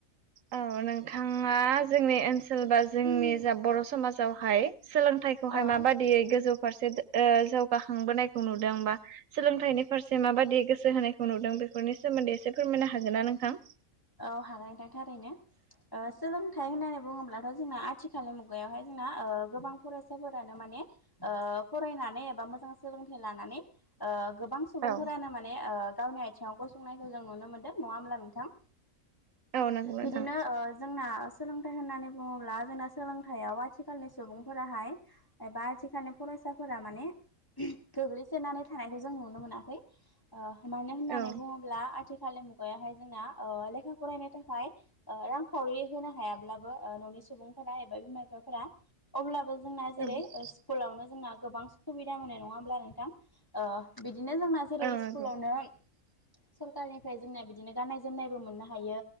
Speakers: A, on the right; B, on the left.
A: औ नोंथाङा जोंनि ओनसोल बा जोंनि
B: औ
A: जा बर' समाजावहाय सोलोंथाइ खौहाय
B: औ
A: माबादियै गोजौ फारसे ओ जौगाखांबोनायखौ नुदों बा सोलोंथाइनि फार एसे माबादि गोसो होनायखौ नुदों बेफोरनि सोमोन्दै एसे फोरमायनो हागोन ना नोंथां?
B: औ हानाय थां थारैनो। ओसोलोंथाइ होननानै बुङोब्लाथ' जोंना आथिखालनि मुगायावहाय जोंना ओ गोबां फरायसाफोरानो माने ओ फरायनानै एबा मोजां सोलोंथाइ लानानै ओ गोबां सुबुंफोरानो
A: औ
B: माने ओ गावनि आथिङाव गसंनायखौ जों नुनो मोनदों। नङा होमब्ला नोंथां?
A: औ नंगौ नोंथां
B: बिदिनो ओ जोंना सोलोंथाइ होननानै बुङोब्ला जोंना सोलोंथाइयाव आथिखालनि सुबुंफोराहाय एबा आथिखालनि फरायसाफोरा माने गोग्लैसोनानै थानायखौ जों नुनो मोनाखै। ओ मानो होननानै
A: औ
B: बुङोब्ला आथिखालनि मुगायावहाय जोंना ओ लेखा फरायनो थाखाय ओ रांखावरि होनो हायाब्लाबो ओ न'नि सुबुंफोरा एबा बिमा बिफाफोरा अब्लाबो जोंना जेरै
A: औ
B: स्कुलावनो जोंना गोबां सुबिदा मोनो नङा होमब्ला नोंथां? ओ बिदिनो जोंना जेरै
A: औ
B: स्कुलावनो
A: नंगौ
B: सरखारनिफ्राय जोंनाया बिदिनो गाननाय जोमनायबो मो हायो